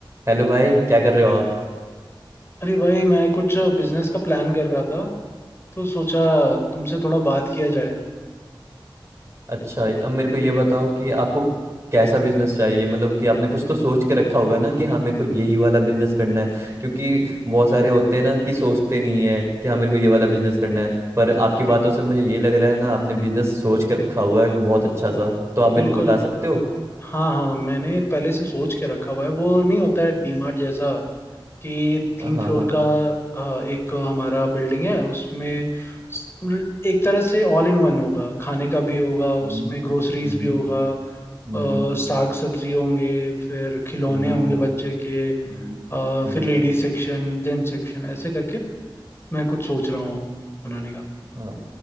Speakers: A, on the right; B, on the left.
A: हेलो भाई क्या कर रहे हो आप
B: अरे भाई मैं कुछ बिजनेस का प्लान कर रहा था तो सोचा तुमसे थोड़ा बात किया जाए
A: अच्छा अब मेरे को ये बताओ कि आपको कैसा बिजनेस चाहिए मतलब कि आपने कुछ तो सोच के रखा होगा ना कि हाँ मेरे को यही वाला बिजनेस करना है क्योंकि बहुत सारे होते हैं ना कि सोचते नहीं है कि हाँ मेरे को ये वाला बिजनेस करना है पर आपकी बातों से मुझे ये लग रहा है ना आपने बिजनेस सोच के रखा हुआ है बहुत अच्छा सा तो आप मेरे
B: बिल्कुल
A: को बता सकते हो
B: हाँ हाँ मैंने पहले से सोच के रखा हुआ है वो नहीं होता है डीमार्ट जैसा कि तीन
A: हाँ
B: फ्लोर
A: हाँ
B: का अ, एक हमारा बिल्डिंग है उसमें स- मतलब एक तरह से ऑल इन वन होगा खाने का भी होगा उसमें
A: हम्म
B: ग्रोसरीज
A: हम्म
B: भी होगा अ,
A: हम्म
B: साग सब्जी होंगे फिर खिलौने
A: हम्म
B: होंगे बच्चे के
A: हम्म,
B: अ,
A: हम्म,
B: फिर लेडीज सेक्शन जेंट्स सेक्शन ऐसे करके मैं कुछ सोच रहा हूँ बनाने का
A: हाँ